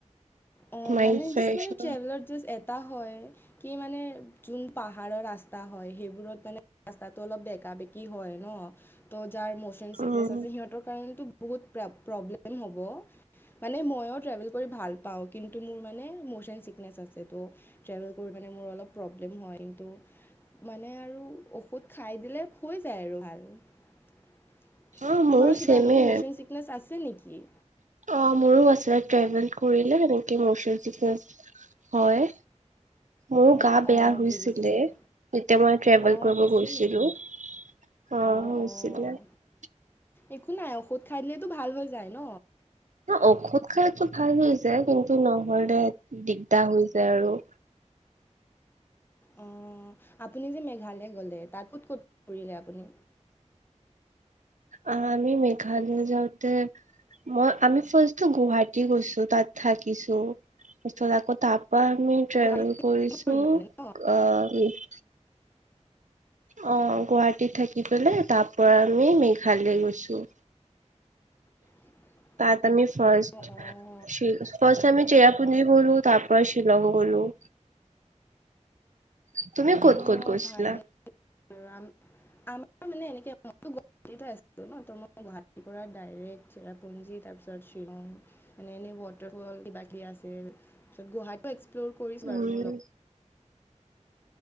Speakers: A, on the left (about 15°); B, on the right (about 80°).
A: অঁ,
B: মাইণ্ড
A: মানে
B: ফ্ৰেছ
A: জাষ্ট কিছুমানে
B: হয়।
A: ট্ৰেভেলাৰ জাষ্ট এটা হয়, কি মানে যোন পাহ পাহাৰৰ ৰাস্তা হয় সেইবোৰত মানে ৰাস্তাটো অলপ বেকা বেকী হয় ন। ত, যাৰ ম'চন চিকনেচ
B: উম,
A: সিহঁতৰ কাৰণেটো বহু প্ৰব্লেম হ'ব, মানে মইও ট্ৰেভেল কৰি ভাল পাওঁ। কিন্তু মোৰ মানে ম'চন চিকনেছ আছে তো ট্ৰেভেল কৰি মানে মোৰ অলপ প্ৰব্লেম হয়। কিন্ত মানে আৰু ঔষধ খাই দিলে হৈ যায় আৰু ভাল।
B: অ'
A: তোমাৰো
B: মোৰো
A: কিবা
B: চেমে
A: এনেকে মৌচন চিকনেছ আছে নেকি?
B: অঁ, মোৰো আছে ট্ৰেভেল কৰিলে তেনেকে মৌচন ছিকনেছ হয়। মোৰ
A: অঁ
B: গা বেয়া
A: অঁ
B: হৈছিলে,
A: বুজিছোঁ দে
B: যেতিয়া মই ট্ৰেভেল
A: অঁ
B: কৰিব
A: হৈছিল
B: গৈছিলো।
A: নেকি
B: <unintelligible>
A: অ' অ' একো নাই ঔষধ খাই দিলেতো ভাল হৈ যায় ন
B: ন ঔষধ খালেতো ভাল হৈছে যায় কিন্তু নহলে দিগদাৰ হৈ যায় আৰু
A: উম আপুনি যে মেঘালয় গ'লে তাত ক'ত ক'ত ফুৰিলে আপুনি।
B: আ আমি মেঘালয় যাওঁতে মই আমি ফাৰ্ষ্ট তো গুৱাহাটী গৈছো তাত থাকিছো তাছত আকৌ তাত পৰা আমি ট্ৰেভেল
A: গুৱাহাটীত
B: কৰিছোঁ
A: ফুৰিলে মানে ন
B: আ উম অ গুৱাহাটীত থাকি পালাই তাপৰা আমি মেঘালয় গৈছো।
A: <unintelligible>
B: তাত আমি ফাৰ্ষ্ট
A: অ' অ'
B: শি ফাৰ্ষ্ট আমি চেৰাপুঞ্জি গ'লো তাৰপৰা শ্বিলং গ'লো। তুমি ক'ত ক'ত
A: অ',
B: গৈছিলা?
A: ভালেই আৰু আম আমাৰ মানে এনেকে মই গুৱাহাটীতে আছিলো ন ত মই গুৱাহাটীৰ পৰা ডাইৰেক্ট চেৰাপুঞ্জী তাৰপিছত শ্বিলং মানে এনেই ৱাটাৰ ফল কিবা কিবি আছিল। তাছত গাহাটো এক্সপ্লৰ কৰিছো
B: উম
A: আৰু মো ল